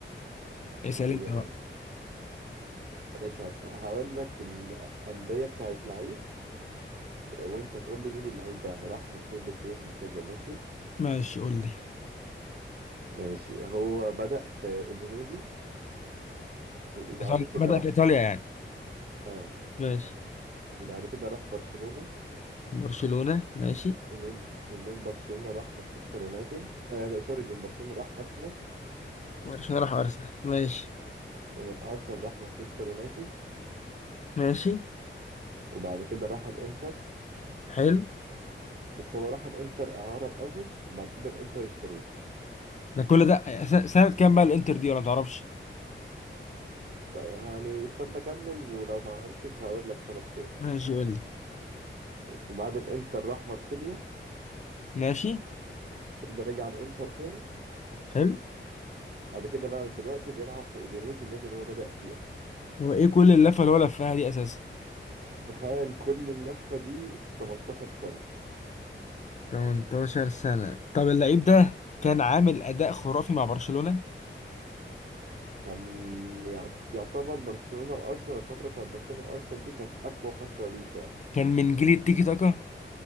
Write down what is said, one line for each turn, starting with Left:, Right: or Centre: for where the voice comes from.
Left: اسأل
Right: ان هي
Left: انت
Right: ما هي ماشي هس- هقول لك الانديه بتاعت لعيب وانت تقول لي مين اللعيب ده يعني راح من فين لفين هكذا ماشي
Left: ماشي قول لي
Right: ماشي هو بدأ في اودينيزي وبعد
Left: إيطاليا
Right: كده
Left: بدأ
Right: راح
Left: في إيطاليا يعني
Right: اه
Left: ماشي
Right: وبعد كده راح برشلونه
Left: برشلونة ماشي
Right: ومن ومن برشلونه راح مانشستر يونايتد آه سوري من برشلونه راح ارسنال
Left: برشلونة راح أرسنال ماشي
Right: ومن ارسنال راح مانشستر يونايتد
Left: ماشي
Right: وبعد كده راح الانتر
Left: حلو
Right: بس هو راح الانتر اعاره الاول وبعد كده الانتر اشتروه
Left: ده كل ده س- سنة كام بقى الإنتر دي ولا متعرفش
Right: طيب يعني استنى اكمل ولو ما عرفتش هقول لك سنه كام
Left: ماشي قول لي
Right: وبعد الانتر راح مارسيليا
Left: ماشي
Right: كده رجع الانتر تاني
Left: حلو
Right: بعد كده بقى دلوقتي بيلعب في اودينيزي النادي اللي هو بدأ فيه اصلا
Left: هو إيه كل اللفة اللي هو لفها دي أساسا
Right: تخيل كل اللفه دي في 18 سنه
Left: 18 سنة طب اللعيب ده كان عامل أداء خرافي مع برشلونة
Right: كان يعت- يعتبر برشلونه وارسنال الفتره بتاعت برشلونه وارسنال دي كانت اقوى فتره ليه فعلا
Left: كان من جيل التيكي تاكا